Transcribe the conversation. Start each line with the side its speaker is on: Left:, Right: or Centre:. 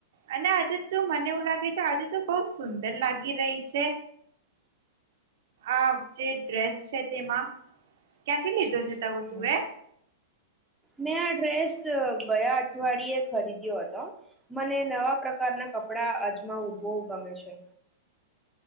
Right: અને આજે તું મને એવું લાગે છે આજે તો બહુ સુંદર લાગી રહી છે. આ જે ડ્રેસ છે તેમાં. ક્યાંથી લીધો છે તાવુ
Centre: હમ.
Right: તું એ.
Centre: મેં આ ડ્રેસ ગયા અઠવાડિયે ખરીદ્યો હતો મને નવા પ્રકારના કપડા અજમાવું ખૂબ ગમે છે.